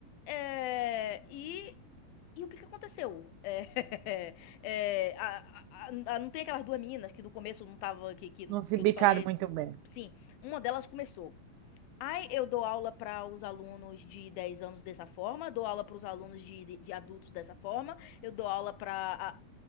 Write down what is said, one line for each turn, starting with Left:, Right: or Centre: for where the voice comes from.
Left: É, E e o que que aconteceu? É, <laughs> é, a- a- a- não tem aquelas duas meninas que no começo não tava que que,
Right: Não se
Left: que
Right: bicaram
Left: eu te falei?
Right: muito bem.
Left: Sim, uma delas começou. Ai, eu dou aula para os alunos de 10 anos dessa forma, dou aula para os alunos de, de- de adultos dessa forma, eu dou aula para